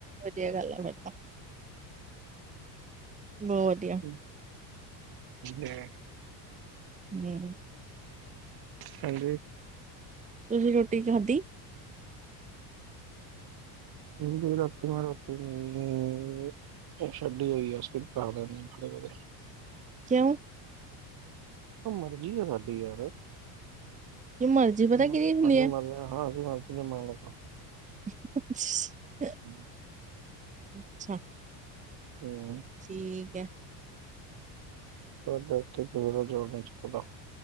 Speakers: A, on the right; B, on the right.
A: ਵਧੀਆ ਗੱਲ ਆ ਫੇਰ ਤਾਂ, ਬਹੁਤ ਵਧੀਆ।
B: ਹੁਨ ਤੇ।
A: ਹੂੰ
B: ਹਾਂਜੀ।
A: ਤੁਸੀਂ ਰੋਟੀ ਖਾਧੀ?
B: ਮੈਂ ਰਾਤੀ ਰੋਟੀ ਨੀ ਇਹ ਛੱਡੀ ਹੋਈ ਆ। ਸਕਿਪ ਕਰ ਲੈਦੇ ਦ
A: ਕਿਉਂ।
B: ਮਰਜ਼ੀ ਆ ਸਾਡੀ ਯਾਰ।
A: ਕਿ ਮਰਜ਼ੀ ਪਤਾ
B: ਮਰ
A: ਕਿਹਦੀ ਹੁੰਦੀ
B: ਅਸੀ
A: ਹੈ
B: ਮਰੇ ਹਾਂ। ਅਸੀਂ ਮਰ ਜੀਏ ਨਹੀਂ ਮਾਰਨੇ ਤਾਂ।
A: <inaudible>
B: <inaudible>
A: ਅੱਛਾ।
B: ਹੂੰ।
A: ਠੀਕ ਹੈ।
B: ਸਾਡੇ ਉੱਤੇ ਕਿਸੇ ਜੋਰ ਨੀ ਚੱਲਦਾ।